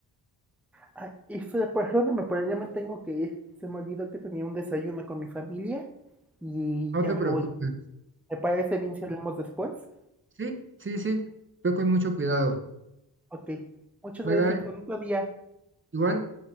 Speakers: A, in the centre; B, on the right (about 30°).
A: Ah, y se- perdóname, pero ya me tengo que ir. Se me olvidó que tenía un desayuno con mi familia y
B: No
A: ya
B: te
A: me
B: preocupes.
A: voy. ¿Te parece bien si hablamos después?
B: Sí, sí, sí. Ve con mucho cuidado.
A: Ok. Muchas
B: Bye,
A: gracias
B: bye.
A: por otro día.
B: Igual.